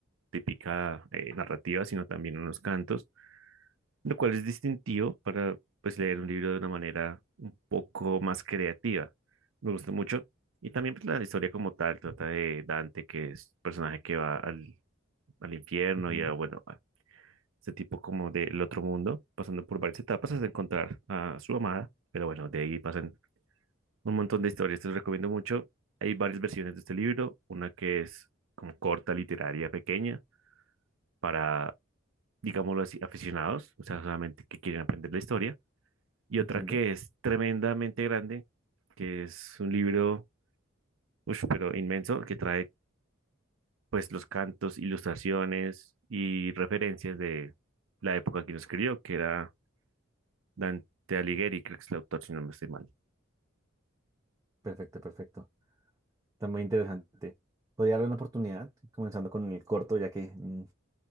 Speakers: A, on the right; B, on the right.
A: típica eh, narrativa, sino también unos cantos, lo cual es distintivo para pues leer un libro de una manera un poco más creativa. Me gusta mucho. Y también pues, la historia como tal trata de Dante, que es un personaje que va al, al infierno
B: Ujú,
A: y a, bueno, a ese tipo como del otro mundo, pasando por varias etapas hasta encontrar a su amada, pero bueno, de ahí pasan un montón de historias, te lo recomiendo mucho. Hay varias versiones de este libro, una que es como corta, literaria, pequeña, para, digámoslo así, aficionados, o sea, solamente que quieren aprender la historia, y
B: Entiendo.
A: otra que es tremendamente grande, que es un libro, ush, pero inmenso, que trae pues los cantos, ilustraciones y referencias de la época que lo escribió, que era Dante Alighieri, creo que es el autor, si no me estoy mal.
B: Perfecto, perfecto. Está muy interesante. Podría darle una oportunidad, comenzando con el corto, ya que mm,